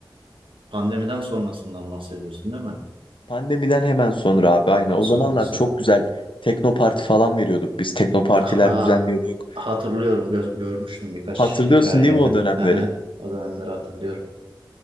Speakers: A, on the right; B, on the left.
A: pandemiden sonrasından bahsediyorsun değil mi?
B: Pandemiden hemen sonra abi
A: Hemen
B: aynen. O
A: sonrası.
B: zamanlar çok güzel teknoparti falan veriyorduk. Biz teknopartiler
A: Ha- Aa,
B: düzenliyorduk.
A: hatırlıyorum. Gö- görmüştüm birkaç
B: Hatırlıyorsun
A: hikayeni.
B: değil mi o dönemleri?
A: Hı hı. O dönemleri hatırlıyorum.